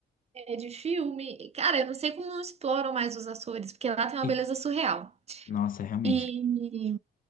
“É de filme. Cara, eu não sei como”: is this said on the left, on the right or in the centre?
Right